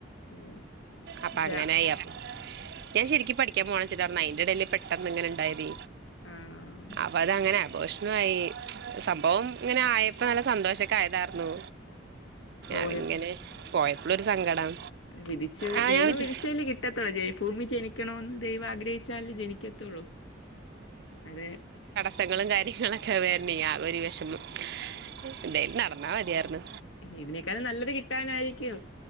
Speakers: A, on the left; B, on the right.
A: അയ്യോ
B: അപ്പ
A: ഇതാ
B: ആയി ഞാ ശരിക്ക് പഠിക്കാൻ പോകണ വെച്ചിട്ട അയ്ന്റെ എടേല് പെട്ടെന്ന് ഇങ്ങനെ ഇണ്ടായത്
A: ആഹ്
B: അപ്പൊ അതങ്ങനെ അബോഷനുമായി സംഭവം ഇങ്ങനെ ആയപ്പോ നല്ല സന്തോഷക്കെ ആയതാർന്നു
A: പോയ
B: അതിങ്ങനെ പോയപ്പളും ഒരു സങ്കടം
A: വിതിച്ചത്
B: ആ
A: ദൈവം
B: ഞാൻ വിചാ
A: വിതിച്ചതല്ലേ കി <unintelligible> ഭൂമി ജനിക്കണോന്ന് ദൈവം ആഗ്രഹിച്ചാല് ജനിക്കത്തുള്ളൂ അത്
B: പ്രശ്നങ്ങളും കാര്യങ്ങളൊക്കെ വന്നെ ആകെ ഒരു വെഷമം ഇതേലും നടന്നാ മതിയാർന്നു
A: ഇതിനേക്കാളും നല്ലത് കിട്ടാനായിരിക്കും